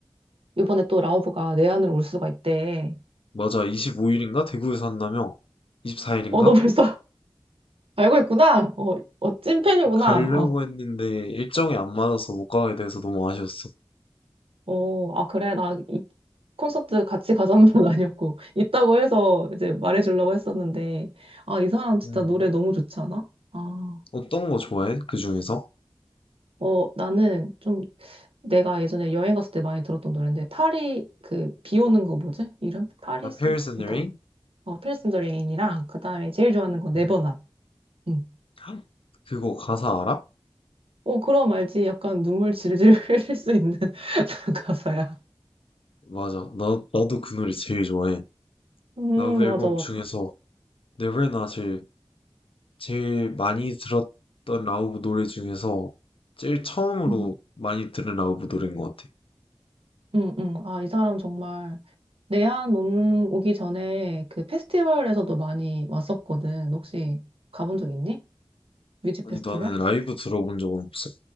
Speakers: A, on the right (about 75°); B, on the left (about 70°).
A: 이번에 또 라우브가 내 안으로 올 수가 있대.
B: 맞아, 25일인가? 대구에서 한다며? 24일인가?
A: 어, 너 벌써 <laughs> 알고 있구나. 어, 어, 찐팬이구나.
B: 가려고 했는데 일정이 안 맞아서 못 가게 돼서 너무 아쉬웠어.
A: 어, 아, 그래. 나 이 콘서트 같이 가자는 건 <laughs> 아니었고, 있다고 해서 이제 말해주려고 했었는데, 아, 이 사람 진짜
B: 음.
A: 노래 너무 좋지 않아? 아,
B: 어떤 거 좋아해? 그 중에서?
A: 어, 나는 좀 내가 예전에 여행 갔을 때 많이 들었던 노래인데, 파리, 그, 비 오는 거 뭐지? 이름? 파리스,
B: 아, Paris and the
A: 더,
B: Rain?
A: 어, 페리스 인더 레인이랑, 그 다음에 제일 좋아하는 건 네버낫.
B: 음.
A: 응.
B: 헉, 그거 가사 알아?
A: 어, 그럼 알지. 약간 눈물 질질 <laughs> 흘릴 수 있는 <laughs> 가사야.
B: 맞아. 나, 나도 그 노래 제일 좋아해.
A: 음,
B: 러브 앨범
A: 맞아, 맞아.
B: 중에서 Never Not을 제일 많이 들었던 라우브 노래 중에서 제일 처음으로
A: 음.
B: 많이 들은 라우브 노래인 것 같아.
A: 응, 응. 아, 이 사람 정말 내한 온, 오기 전에 그 페스티벌에서도 많이 왔었거든. 혹시 가본 적 있니? 뮤직
B: 아니,
A: 페스티벌?
B: 나는 라이브 들어본 적은 없어.